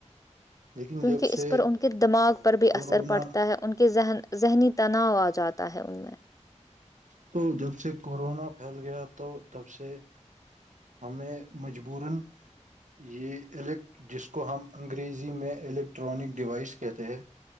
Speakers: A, on the right (about 80°); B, on the left (about 25°).
A: لیکن
B: کیونکہ
A: جب سے
B: اس پر ان کے دماغ پر بھی
A: کورونا
B: اثر پڑتا ہے ان کے ذہن ذہنی تناؤ آ جاتا ہے ان میں
A: تو جب سے کورونا پھیل گیا تو تب سے ہمیں مجبور ن یہ ال جس کو ہم انگریزی میں الیکٹرانک ڈیوائس کہتے ہیں